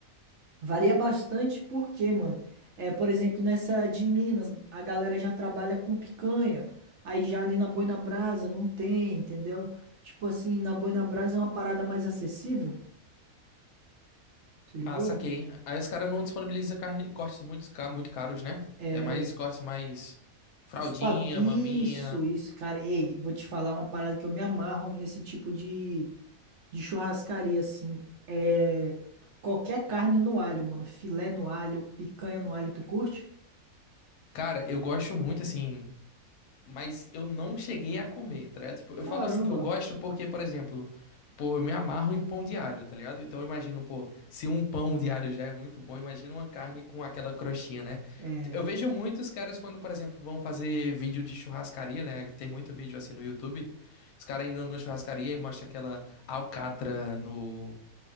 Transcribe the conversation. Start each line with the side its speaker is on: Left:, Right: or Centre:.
Right: Varia bastante porque, mano, é, por exemplo, nessa de Minas, a galera já trabalha com picanha, aí já ali na Boi na Brasa não tem, entendeu? Tipo assim, na Boi na Brasa é uma parada mais acessível, se ligou?
Left: Ah, saquei. Aí os caras não disponibilizam carne, cortes muito, ca- muito caros, né?
Right: É,
Left: É mais cortes mais fraldinha,
Right: os pa- Isso,
Left: maminha.
Right: isso, cara. Ei, vou te falar uma parada que eu me amarro nesse tipo de, de churrascaria, assim. É qualquer carne no alho, mano. Filé no alho, picanha no alho, tu curte?
Left: Cara, eu gosto muito, assim. Mas eu não cheguei a comer, tá ligado? Tipo, eu
Right: Caramba,
Left: falo assim que eu gosto porque, por exemplo, pô, eu me amarro em pão de alho, tá ligado? Então eu imagino, pô, se um pão de alho já é muito bom, imagina uma carne com aquela crostinha, né?
Right: é.
Left: Eu vejo muitos caras quando, por exemplo, vão fazer vídeo de churrascaria, né? Tem muito vídeo assim no YouTube. Os caras indo na churrascaria e mostra aquela alcatra no,